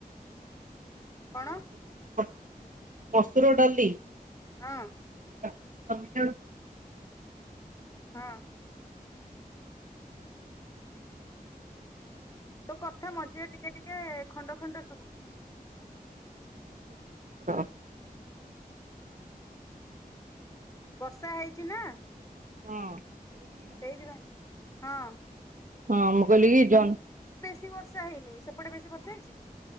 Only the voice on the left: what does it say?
କଣ
ହଁ।
ହଁ। ତୋ କଥା ମଝିରେ ଟିକେ ଟିକେ ଖଣ୍ଡ ଖଣ୍ଡ ଶୁଭୁଚି।
ବର୍ଷା ହେଇ ଅଛି ନା।
ସେଇଥି ପାଇଁ। ହଁ।
ବେଶି ବର୍ଷା ହେଇନି ସେପଟେ ବେଶି ବର୍ଷା ହେଇଛି?